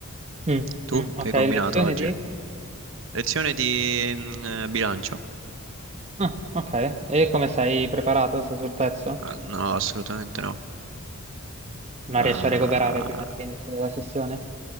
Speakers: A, on the right (about 30°); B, on the right (about 60°).
A: Mm,
B: Tu
A: mm,
B: che
A: ok,
B: hai
A: lezione
B: combinato oggi?
A: di...
B: Lezione di mm, eh, bilancio?
A: Ah, ok. E come sei preparato? Sei sul pezzo?
B: Ah, no, assolutamente no.
A: Mm. Ma
B: Ah,
A: riesci a recuperare prima dell'inizio della sessione?